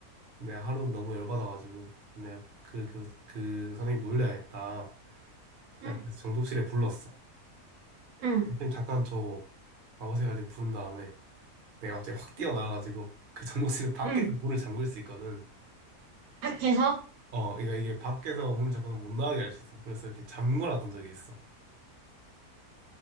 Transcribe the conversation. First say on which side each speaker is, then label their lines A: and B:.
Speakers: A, on the right (about 45°); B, on the right (about 75°).
A: 근데 하루 너무 열받아가지고 내가 그, 교, 그 선생님 놀려야겠다 생각해서
B: 응,
A: 정독실에 불렀어.
B: 응,
A: 선생님 잠깐 저 와보세요 이제 부른 다음에 내가 갑자기 확 뛰어나와가지고 그 정독실 밖에서
B: 응.
A: 문을 잠글 수 있거든.
B: 학교에서
A: 어, 그러니까 이게 밖에서 문을 잠궈서 못 나가게 할 수 있어. 그래서 이렇게 잠궈놨던 적이 있어.